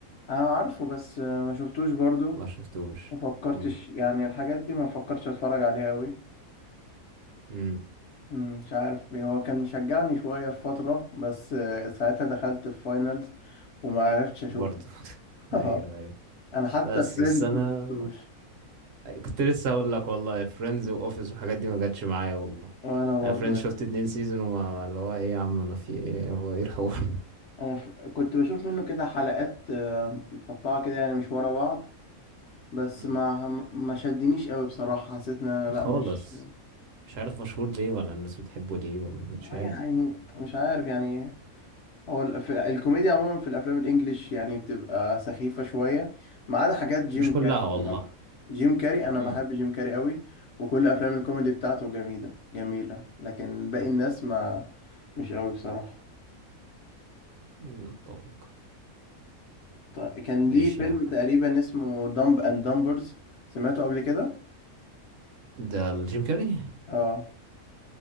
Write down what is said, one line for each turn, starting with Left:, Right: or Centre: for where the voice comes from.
Left: انا عارفه بس ما شفتوش برضو
Right: ما شفتوش
Left: ما فكرتش
Right: امم
Left: يعني الحاجات دي ما فكرتش اتفرج عليها قوي
Right: امم
Left: مم، مش عارف هو كان مشجعني شويه في فتره بس آه، ساعتها دخلت في فاينلز وما عرفتش اشوفه
Right: برضه <laughs>
Left: <laughs>
Right: ايوه ايوه
Left: انا حتى
Right: بس
Left: فريندز
Right: بس انا
Left: ما شفتوش
Right: كنت لسه هقول لك والله فريندز واوفيس والحاجات دي ما جاتش معايا والله
Left: وانا برضو
Right: انا فريندز شفت اتنين سيزون وما اللي هو ايه يا عم انا في ايه هو ايه الحوار
Left: انا ف... كنت بشوف منه كده حلقات آه، متقطعه كده يعني مش ورا بعض بس
Right: <laughs> مم.
Left: ما ما شدنيش قوي بصراحه حسيت ان انا
Right: خالص
Left: لا مش
Right: مش عارف مشهور ليه ولا الناس بتحبه ليه ولا مش
Left: آه
Right: عارف
Left: يعني مش عارف يعني هو الف... الكوميديا عموما في الافلام الانجليش يعني بتبقى سخيفه شويه ما عدا حاجات جيم
Right: مش كلها
Left: كاري
Right: والله
Left: بصراحه جيم كاري انا
Right: امم
Left: بحب جيم كاري قوي وكل افلام الكوميدي بتاعته جميله جميله لكن باقي الناس ما مش قوي بصراحه
Right: نتفق
Left: طيب كان
Right: ماشي
Left: ليه فيلم
Right: يا
Left: تقريبا اسمه دمب اند دمبرز سمعته قبل كده
Right: ده الجيم كاري
Left: اه